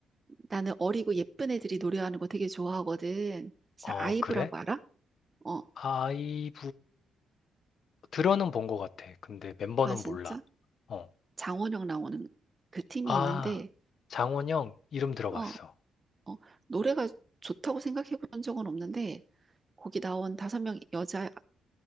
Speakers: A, on the right; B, on the left.
A: 나는 어리고 예쁜 애들이 노래하는 거 되게 좋아하거든. 그래서
B: 어,
A: 아이브라고
B: 그래?
A: 알아? 어.
B: 아이브 들어는 본 것 같아. 근데 멤버는
A: 아 진짜?
B: 몰라. 어.
A: 장원영 나오는 그 팀이
B: 아,
A: 있는데
B: 장원영 이름 들어봤어.
A: 어. 어, 노래가 좋다고 생각해 본 적은 없는데, 거기 나온 다섯 명 여자